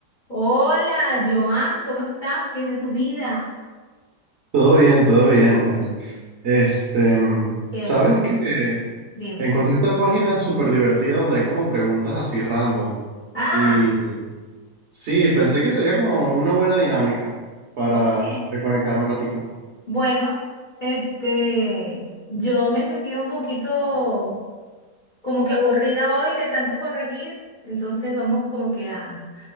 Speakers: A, on the left; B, on the right.
A: Hola, Joan, ¿cómo estás? ¿Qué es de tu vida?
B: Todo bien, todo bien, Mari. Este, mm,
A: Qué
B: ¿sabes
A: bueno.
B: que
A: Dime.
B: Encontré esta página súper divertida donde hay como preguntas así random.
A: Ah,
B: Y sí, pensé que sería como una buena dinámica para
A: ok.
B: reconectar un ratico.
A: Bueno, este, yo me he sentido un poquito como que aburrida hoy de tanto corregir, entonces vamos como que a,